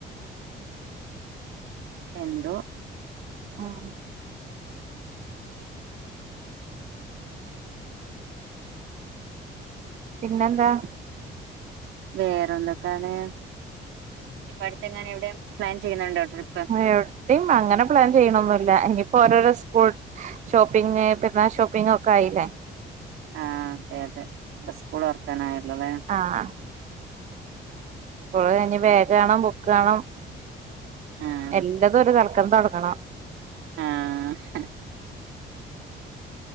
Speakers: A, on the right; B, on the right.
A: എന്തോ
B: ഉം പിന്നെന്താ
A: വേറെ എന്തൊക്കെയാണ് ഇപ്പം അടുത്തെങ്ങാനും എവിടെയാ പ്ലാൻ ചെയ്യുന്നുണ്ടോ ട്രിപ്പ്‌
B: എവിടെത്തെയും അങ്ങനെ പ്ലാൻ ചെയ്യണൊന്നുമില്ല ഇനിയിപ്പോ ഓരോരോ സ്കൂൾ ഷോപ്പിംഗ് പിന്നെ ഷോപ്പിങ് ഒക്കെ ആയില്ലേ
A: ആഹ് അതെ അതെ ഇപ്പം സ്കൂള് തുറക്കാൻ ആയല്ലോല്ലേ
B: ആഹ് ഇപ്പോള് ഇനി ബേഗ് വേണം ബുക്ക് വേണം
A: ആഹ്
B: എല്ലാതും ഒരു തൽക്കന്ന് തുടങ്ങണം
A: ആഹ്